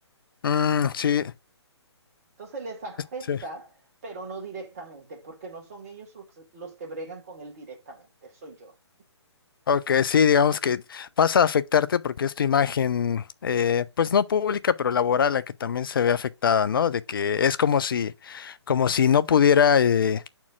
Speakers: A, on the left; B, on the right.
A: Mm, sí,
B: Entonces les afecta,
A: Sí.
B: pero no directamente, porque no son ellos los, los que bregan con él directamente, soy yo.
A: ok, sí, digamos que pasa a afectarte porque es tu imagen, eh, pues no pública, pero laboral, la que también se ve afectada,
B: Sí,
A: ¿no? De que es como si, como si no pudiera... eh,